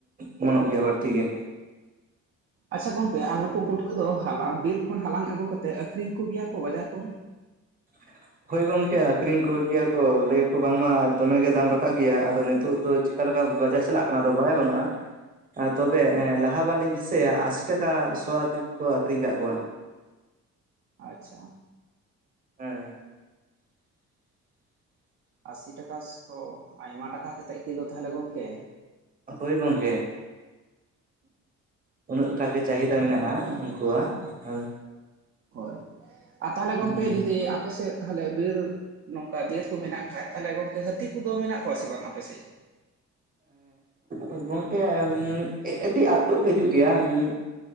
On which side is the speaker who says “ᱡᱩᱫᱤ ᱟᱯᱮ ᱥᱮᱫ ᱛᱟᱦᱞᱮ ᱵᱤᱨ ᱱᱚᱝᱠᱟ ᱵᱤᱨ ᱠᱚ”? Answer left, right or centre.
Right